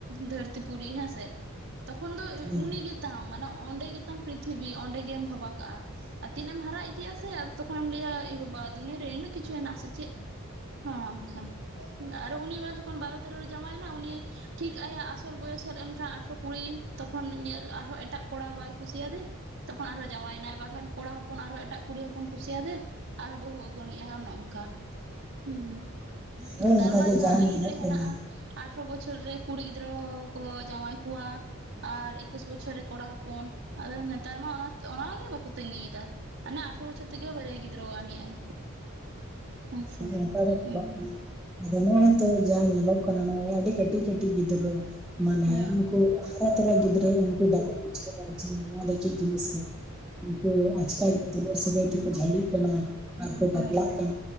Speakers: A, on the right (about 55°); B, in the centre.
A: ᱫᱷᱟᱹᱨᱛᱤ ᱯᱩᱨᱤ ᱦᱮᱸ ᱥᱮ ᱾ ᱛᱚᱠᱷᱚᱱ ᱫᱚ
B: ᱦᱮᱸ
A: ᱩ ᱩᱱᱤ ᱜᱮᱛᱟᱢ, ᱢᱟᱱᱮ ᱚᱸᱰᱮ ᱜᱮᱛᱟᱢ ᱯᱨᱤᱛᱷᱤᱵᱤ ᱚᱸᱰᱮ ᱜᱮᱼᱼ ᱜᱮᱢ ᱵᱷᱟᱵᱟ ᱠᱟᱜᱼᱟ, ᱟᱨ ᱛᱤᱱᱟᱹᱜ ᱮᱢ ᱦᱟᱨᱟ ᱤᱫᱤ ᱟᱥᱮ ᱛᱚᱠᱷᱚᱱᱮᱢ ᱞᱟᱹᱭᱟ ᱮ ᱵᱟᱵᱟ ᱫᱩᱱᱭᱟᱹᱨ ᱨᱮᱹ ᱤᱱᱟᱹᱜᱼᱼ <unintelligible> ᱠᱤᱪᱷᱩ ᱦᱮᱱᱟᱜ ᱟᱥᱮ ᱪᱮᱫ? ᱦᱚᱝᱠᱟ ᱟᱨ ᱩᱱᱤ ᱢᱟ ᱡᱚᱠᱷᱚᱱ ᱵᱟᱨᱚᱼᱼ ᱵᱟᱨᱚ ᱛᱮᱨᱚ ᱨᱮᱭ ᱡᱟᱶᱟᱭᱮᱱᱟ ᱩᱱᱤ ᱴᱷᱤᱠ ᱟᱭᱟᱜ ᱟᱥᱚᱞ ᱵᱚᱭᱚᱥ ᱦᱮᱡ ᱞᱮᱱᱠᱷᱟᱱ ᱟᱴᱷᱨᱚ ᱠᱩᱲᱤ ᱛᱚᱠᱷᱚᱱ ᱤᱭᱟᱹ ᱟᱨᱦᱚᱸ ᱮᱴᱟᱜ ᱠᱚᱲᱟ ᱵᱟᱭ ᱠᱩᱥᱤᱭᱟᱫᱮ, ᱛᱚᱠᱷᱚᱱ ᱟᱨᱦᱚᱸ ᱡᱟᱶᱟᱭᱮᱱᱟᱭ ᱵᱟᱠᱷᱟᱱ ᱠᱚᱲᱟ ᱦᱚᱯᱚᱱ ᱟᱨᱦᱚᱸ ᱮᱴᱟᱜ ᱠᱩᱲᱤ ᱦᱚᱯᱚᱱᱼᱼ ᱠᱩᱥᱤᱭᱟᱫᱮᱢ ᱟᱨᱦᱚᱸ ᱵᱟᱹᱦᱩ ᱟᱜᱩᱟᱱᱤᱜᱼᱟᱭ ᱚᱱᱮ ᱝᱠᱟ ᱦᱩᱸ ᱱᱮᱛᱟᱨ
B: ᱦᱳᱭ ᱚᱱᱠᱟᱜᱮ
A: ᱢᱟ ᱡᱟᱦᱟᱸ ᱟᱹᱭᱤᱱ
B: ᱧᱮᱞᱚᱜ
A: ᱨᱮ ᱦᱮᱱᱟᱜᱼᱟ
B: ᱠᱟᱱᱟ
A: ᱾ ᱟᱴᱷᱨᱚ ᱵᱚᱪᱷᱚᱨ ᱨᱮ ᱠᱩᱲᱤ ᱜᱤᱫᱽᱨᱟᱹ ᱦᱚᱸᱠᱚ ᱡᱟᱶᱟᱭ ᱠᱚᱣᱟ ᱾ ᱟᱨ ᱮᱠᱩᱥ ᱵᱚᱪᱷᱚᱨ ᱨᱮ ᱠᱚᱲᱟ ᱦᱚᱯᱚᱱ, ᱟᱫᱚ ᱱᱮᱛᱟᱨ ᱢᱟ ᱚᱱᱟᱜᱮ ᱵᱟᱠᱚ ᱛᱟᱸᱜᱤᱭᱮᱫᱟ ᱾ ᱟᱱᱮ ᱟᱴᱷᱨᱚ ᱵᱚᱪᱷᱚᱨ ᱛᱮᱜᱮ ᱵᱟᱨᱭᱟ ᱜᱤᱫᱽᱨᱟᱹ ᱟᱹᱱᱤᱡ ᱟᱭ ᱦᱮᱸ ᱥᱮ
B: ᱚᱱᱠᱟ ᱜᱮ
A: ᱦᱩᱸ
B: ᱪᱟᱞᱟᱜ ᱠᱟᱱᱟ ᱟᱫᱚ ᱱᱚᱜᱼᱚᱭ ᱛᱚ ᱡᱟᱦᱟᱸ ᱧᱮᱞᱚᱜ ᱠᱟᱱᱟ, ᱱᱚᱜᱼᱚᱭ ᱟᱹᱰᱤ ᱠᱟᱹᱴᱤᱡ ᱠᱟᱹᱴᱤᱡ ᱜᱤᱫᱽᱨᱟᱹᱼᱼ ᱢᱟᱱᱮ
A: ᱦᱩᱸ
B: ᱩᱱᱠᱩ ᱦᱟᱨᱟ ᱛᱚᱨᱟ ᱜᱤᱫᱽᱨᱟᱹ ᱩᱱᱠᱩ ᱵᱟᱠᱚ ᱵᱩᱡᱷ ᱠᱟᱫᱟ ᱡᱮ ᱱᱚᱣᱟ ᱫᱚ ᱪᱮᱫ ᱡᱤᱱᱤᱥ ᱠᱟᱱᱟ ᱾ ᱤᱱᱠᱟᱹ ᱟᱪᱠᱟᱜᱮ ᱫᱩᱞᱟ. ᱲ ᱥᱟᱹᱜᱟᱹᱭ ᱛᱮᱠᱚ ᱡᱷᱟᱹᱞᱤᱜ ᱠᱟᱱᱟ ᱟᱨ ᱠᱚ
A: ᱦᱮᱸ
B: ᱵᱟᱯᱞᱟᱜ
A: ᱦᱮᱸ
B: ᱠᱟᱱᱟ,